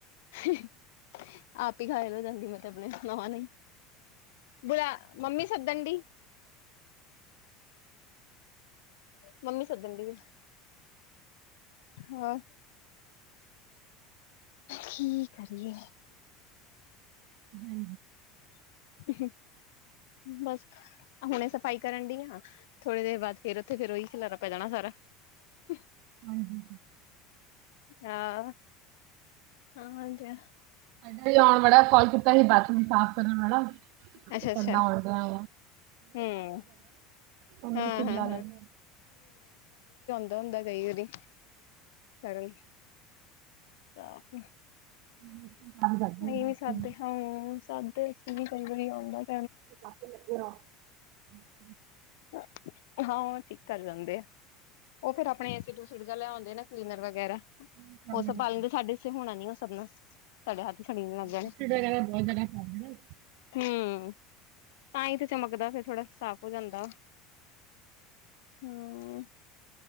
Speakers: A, on the left; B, on the right.
A: <unintelligible> ਬੁਲਾ-ਮੰਮੀ ਸੱਦਣ ਦੀ। ਮੰਮੀ ਸੱਦਣ ਡਈ। ਹਾਂ। ਕੀ ਕਰੀਏ?
B: ਹੂੰ।
A: <inaudible> ਬਸ, ਹੁਣੇ ਸਫ਼ਾਈ ਕਰਨ ਡੀ ਆ। ਥੋੜੀ ਦੇਰ ਬਾਅਦ, ਫਿਰ ਉੱਥੇ ਫਿਰ ਉਹੀ, ਖਿਲਾਰਾ ਪੈ ਜਾਣਾ ਸਾਰਾ। <inaudible>
B: ਹਾਂਜੀ।
A: ਹਾਂ ਹਾਂ <unintelligible>
B: <unintelligible> ਕਾੱਲ ਕੀਤਾ ਸੀ। ਬਾਥਰੂਮ ਸਾਫ਼ ਕਰਨ ਵਾਲਾ। <unintelligible>
A: ਅੱਛਾ ਅੱਛਾ
B: ਉਹ,
A: ਹਮ
B: ਮੈਂ
A: ਹਾਂ
B: ਖੁਦ
A: ਹਾਂ
B: ਲਾ ਲੈਨੀ।
A: ਪ ਹੁੰਦਾ ਕਈ ਵਾਰੀ ਕਰਨ <unintelligible>
B: <unintelligible> ਕਰਦੇ
A: ਅਸੀਂ ਵੀ ਸਦੇ ਹਾਂ ਹ ਸਦੇ ਵੀ ਕਈ ਵਾਰੀ ਆਉਂਦਾ <unintelligible>
B: <unintelligible>
A: ਹਾਂ, ਓ ਠੀਕ ਕਰ ਜਾਂਦੇ ਐ। ਉਹ ਫਿਰ ਆਪਣੇ ਏਸਿਡ- ਉਸਿਡ, ਜਿਹਾ ਲਿਆਉਂਦੇ ਨੇ ਕਲੀਨਰ ਵਗੈਰਾ। ਉਹ
B: ਕੰਮ ਲੱਗੇ
A: ਸਭ ਬਾਲਣ ਦੇ ਸਾਡੇ ਇਥੇ ਹੋਣਾ ਨੀ ਉਹ ਸਭ ਨਾਲ <unintelligible> ਸੜੀਨ ਲੱਗ ਜਾਣੇ
B: ਏਸਿਡ ਵਗੈਰਾ ਬਹੁਤ ਜਿਆਦਾ ਸਾਫ <unintelligible>
A: ਹਮ ਤਾਂ ਹੀ- ਤੇ ਚਮਕਦਾ ਫਿਰ, ਥੋੜਾ ਸਾਫ਼ ਹੋ ਜਾਂਦਾ। ਹਮ